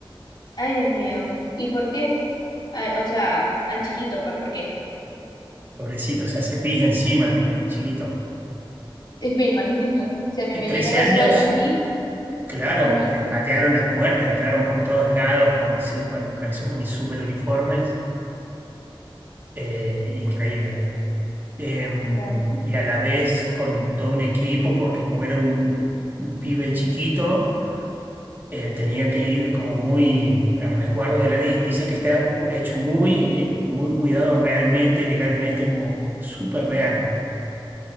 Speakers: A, on the left (about 55°); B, on the right (about 25°).
A: ay Dios mío, ¿y por qué? Ay, o sea, al chiquito, pues, ¿por qué?
B: Pobrecito, o sea, se pis encima el, el chiquito.
A: Eh, <laughs> Me imagino, si a mí
B: Eh,
A: me
B: 13
A: llega la
B: años,
A: SWAT aquí,
B: eh, claro,
A: ajá,
B: le patearon la puerta, entraron por todos lados con, 50 con esos uni, super uniformes. eh, increíble. Em,
A: Claro.
B: y a la vez con todo un equipo, porque como era un, un pibe chiquito, eh, tenía que ir como muy al resguardo del área. Y Dice que está mu- hecho muy, eh, muy cuidado realmente, legalmente, como súper real